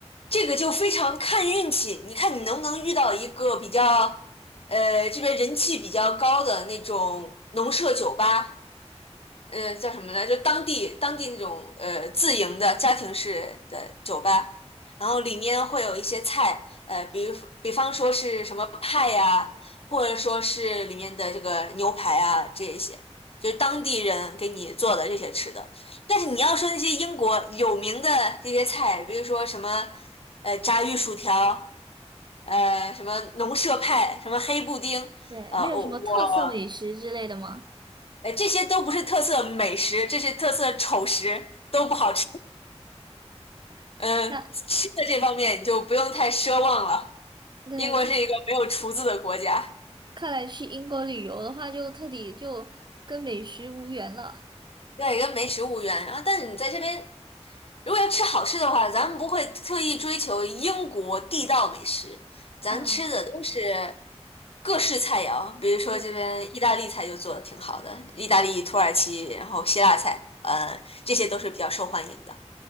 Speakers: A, on the left; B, on the right.
A: 这个就非常看运气，你看你能不能遇到一个比较，呃，这边人气比较高的那种农舍酒吧。呃叫什么来着？当地当地那种呃自营的家庭式的酒吧，然后里面会有一些菜，呃，比如比方说是什么派呀、或者说是里面的这个牛排啊这一些，就是当地人给你做的这些吃的。但是你要说那些英国有名的这些菜，比如说什么呃炸鱼薯条，呃什么农舍派，什么黑布丁。
B: 对，
A: 呃，
B: 没有什么特色美食之类的吗？
A: 我我哎，这些都不是特色美食，这是特色丑食，都不好吃。嗯，
B: 那
A: 吃的这方面你就不用太奢望了。
B: 那看
A: 英国是一个没有厨子的国家，
B: 看来去英国旅游的话，就彻底就跟美食无缘了
A: 对，跟个没食物园。然后，但是你在这边，如果要吃好吃的话，咱们不会特意追求英国地道美食，咱吃的都是
B: 啊
A: 各式菜肴。比如说这边意大利菜就做的挺好的，
B: <laughs>！就
A: 意大利、土耳其，然后希腊菜，呃，这些都是比较受欢迎的。